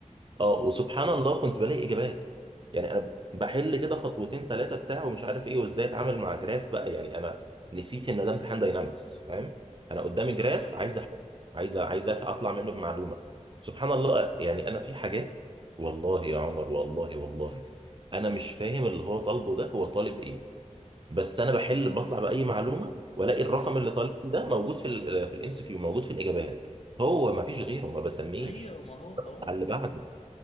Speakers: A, on the right; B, on the left.
A: اه وسبحان الله كنت بلاقي اجابات يعني انا بحل كده خطوتين ثلاثه بتاع ومش عارف ايه وازاي اتعامل مع جراف بقى يعني انا نسيت ان ده امتحان داينامكس فاهم انا قدامي جراف
B: ايوه
A: عايز أحل. عايز عايز أف- اطلع منه بمعلومه سبحان الله يعني انا في حاجات والله يا عمر والله والله انا مش فاهم اللي هو طالبه ده هو طالب ايه بس انا بحل بطلع باي معلومه والاقي الرقم
B: <laughs>
A: اللي طالب ده موجود في ال في الام سي كيو موجود في الاجابات هو ما فيش غيره ما بسميش
B: ايوه ما هو خلاص
A: على اللي بعده